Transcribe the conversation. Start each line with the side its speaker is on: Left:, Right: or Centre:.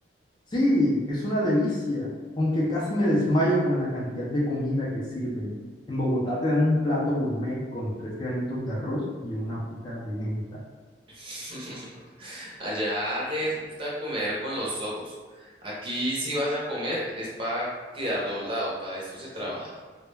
Left: Sí, es una delicia, aunque casi me desmayo con la cantidad de comida que sirven. En Bogotá te dan un plato gourmet con tres granitos de arroz y una hojita de menta.
Right: <laughs> Allá les gusta comer con los ojos. Aquí si vas a comer es para quedar doblado, para esto se trabaja.